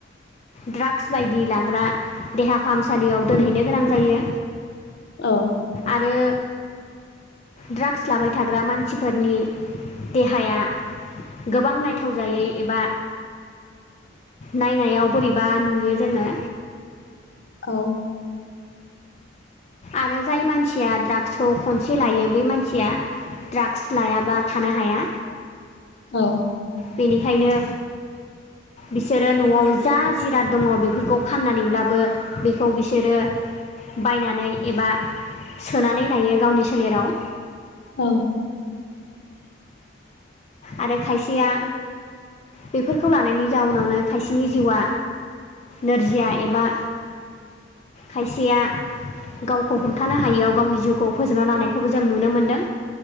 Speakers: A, on the left (about 30°); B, on the left (about 55°).
A: ड्राग्स बायदि लाग्रा देहा फाहामसालियाव दोनहैनो गोनां जायो।
B: औ
A: आरो ड्राग्स लाबाय थाग्रा मानसिफोरनि देहाया गोबां नाय थावजायै एबा नायनायाव बोरैबा नुयो जोङो।
B: औ
A: आरो जाय मानसिया ड्राग्सखौ खनसे लायो बे मानसिया ड्राग्स लायाबा थानो हाया।
B: औ
A: बेनिखायनो बिसोरो न'आव जा जिराद दङ बेफोरखौ फाननानैब्लाबो बेखौ बिसोरो बायनानै एबा सोनानै लायो गावनि सोलेराव।
B: औ
A: आरो खायसेया बेफोरखौ लानायनि जाउनावनो खायसेनि जिउआ नोरजिया एबा खायसेया गावखौ हमथानो हायियाव गावनि जिउखौ फोजोबना लानायखौबो जों नुनो मोन्दों।